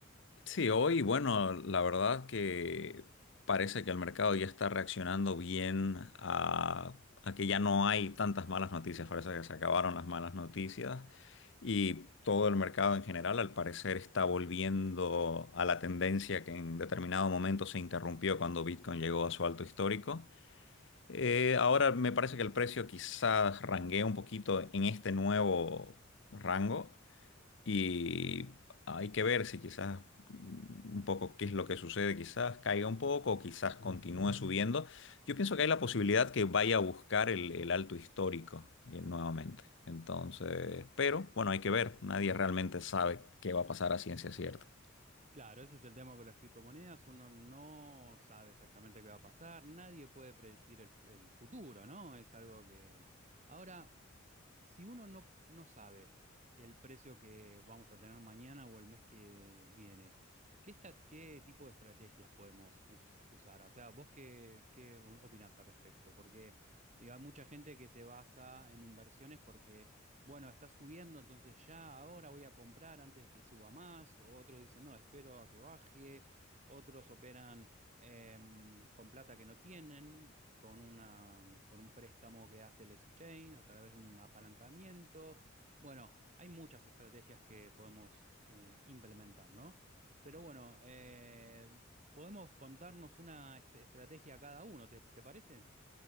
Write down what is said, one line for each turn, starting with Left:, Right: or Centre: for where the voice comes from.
Left: Sí, hoy, bueno, la verdad que parece que el mercado ya está reaccionando bien a, a que ya no hay tantas malas noticias, parece que se acabaron las malas noticias y todo el mercado en general al parecer está volviendo a la tendencia que en determinado momento se interrumpió cuando Bitcoin llegó a su alto histórico. Eh, ahora me parece que el precio quizás ranguea un poquito en este nuevo rango y hay que ver si quizás mm, un poco qué es lo que sucede, quizás caiga un poco o quizás continúe subiendo. Yo pienso que hay la posibilidad que vaya a buscar el, el alto histórico eh, nuevamente. Entonces, pero bueno, hay que ver, nadie realmente sabe qué va a pasar a ciencia cierta.
Right: Claro, ese es el tema con las criptomonedas, uno no sabe exactamente qué va a pasar, nadie puede predecir el, el futuro, ¿no? Es algo que... Ahora, Si uno no, no sabe el precio que vamos a tener mañana o el mes que viene, ¿qué, esta- qué tipo de estrategias podemos us- usar? O sea, ¿vos qué, qué o- opinás al respecto? Porque digo, hay mucha gente que se basa en inversiones porque, bueno, está subiendo, entonces ya ahora voy a comprar antes de que suba más. O otros dicen, no, espero a que baje. Otros operan em, con plata que no tienen, con una, con un préstamo que hace el exchange a través de un apalancamiento. Bueno, hay muchas estrategias que podemos eh, implementar, ¿no? Pero bueno, eh, podemos contarnos una est- estrategia cada uno, ¿te, te parece?